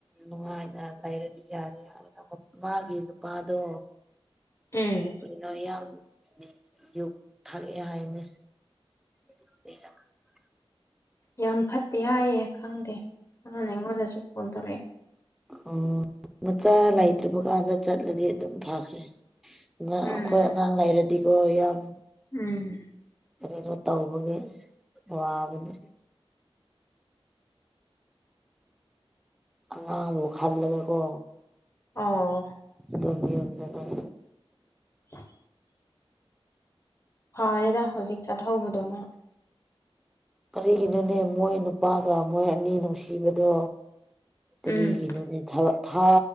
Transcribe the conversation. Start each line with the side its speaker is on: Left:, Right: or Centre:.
Centre: ꯅꯨꯡꯉꯥꯏꯅ ꯂꯩꯔꯗꯤ ꯌꯥꯔꯦ ꯍꯥꯏ ꯃꯥꯒꯤ ꯅꯨꯄꯥꯗꯣ
Left: ꯎꯝ
Centre: ꯀꯔꯤꯅꯣ ꯌꯥꯝ ꯌꯨ ꯊꯛꯑꯦ ꯍꯥꯏꯅꯦ <unintelligible>
Left: ꯌꯥꯝ ꯐꯠꯇꯦ ꯍꯥꯏꯌꯦ ꯈꯪꯗꯦ ꯃꯥꯅ ꯑꯩꯉꯣꯟꯗꯁꯨ ꯐꯣꯟ ꯇꯧꯔꯑꯦ
Centre: ꯎꯝ ꯃꯆꯥ ꯂꯩꯇ꯭ꯔꯕ ꯀꯥꯟꯗ ꯆꯠꯂꯗꯤ ꯑꯗꯨꯝ ꯐꯈ꯭ꯔꯦ ꯃꯥ
Left: ꯎꯝ
Centre: ꯑꯈꯣꯏ ꯑꯉꯥꯡ ꯂꯩꯔꯗꯤꯀꯣ ꯌꯥꯝ
Left: ꯎꯝ
Centre: ꯀꯔꯤꯅꯣ ꯇꯧꯕꯒꯤ ꯋꯥꯕꯅꯦ ꯑꯉꯥꯡꯕꯨ ꯈꯜꯂꯒꯀꯣ
Left: ꯑꯥꯎ
Centre: ꯗꯨꯝ ꯌꯨꯝꯗ ꯂꯩ
Left: <inaudible> ꯐꯥꯔꯦꯗ ꯍꯧꯖꯤꯛ ꯆꯠꯍꯧꯕꯗꯣ ꯃꯥ
Centre: ꯀꯔꯤꯒꯤꯅꯣꯅꯦ ꯃꯣꯏ ꯅꯨꯄꯥꯒ ꯃꯣꯏ ꯑꯅꯤ ꯅꯨꯡꯁꯤꯕꯗꯣ ꯀꯔꯤꯒꯤꯅꯣꯅꯦ
Left: ꯎꯝ
Centre: ꯊ ꯊꯥ